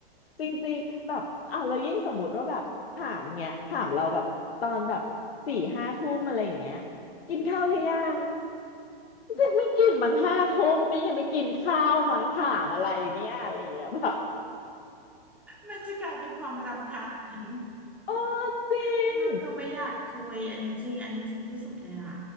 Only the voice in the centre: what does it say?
มันจะกลายเป็นความรำคาญ
แล้วเราก็ไม่อยากคุยอันนี้จริงอันนี้จริงที่สุดเลยอ่ะ